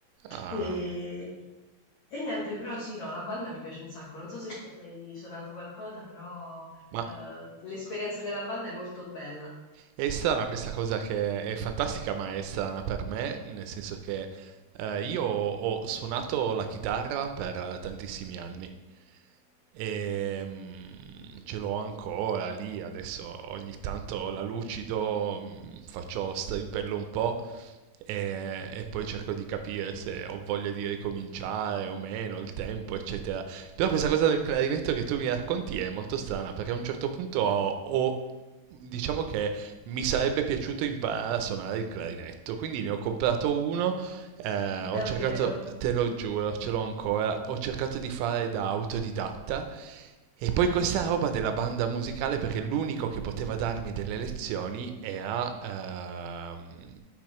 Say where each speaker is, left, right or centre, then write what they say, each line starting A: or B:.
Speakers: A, on the right (about 85°); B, on the left (about 80°).
A: Ah,
B: E, e niente, però sì, no, la banda mi piace un sacco. Non so se tu hai mai suonato qualcosa, però
A: ma
B: eh, l'esperienza della banda è molto bella.
A: è strana questa cosa che è fantastica, ma è strana per me, nel senso che eh, io ho suonato la chitarra per tantissimi anni. E, mm, ce l'ho ancora lì, adesso ogni tanto la lucido, mm, faccio strimpello un po' e, e poi cerco di capire se ho voglia di ricominciare o meno, il tempo, eccetera. Però questa cosa del clarinetto che tu mi racconti è molto strana perché a un certo punto ho, ho- diciamo che mi sarebbe piaciuto imparare a suonare il clarinetto, quindi ne ho comprato uno eh, ho
B: Davvero?
A: cercato, te lo giuro, ce l'ho ancora, ho cercato di fare da autodidatta e poi questa roba della banda musicale perché l'unico che poteva darmi delle lezioni era ehm,